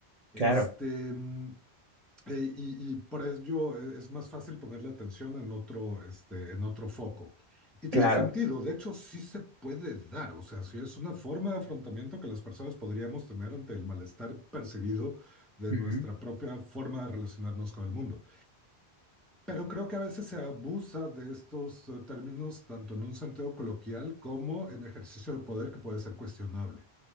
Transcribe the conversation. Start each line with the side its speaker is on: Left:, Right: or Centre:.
Centre: Este,
Right: claro,
Centre: mm, e- y, y por ello e- es más fácil ponerle atención en otro, este, en otro foco. Y tiene
Right: claro,
Centre: sentido, de hecho, sí se puede dar, o sea, sí es una forma de afrontamiento que las personas podríamos tener ante el malestar percibido de
Right: ujú,
Centre: nuestra propia forma de relacionarnos con el mundo. Pero creo que a veces se abusa de estos eh, términos tanto en un sentido coloquial como en ejercicio de poder que puede ser cuestionable.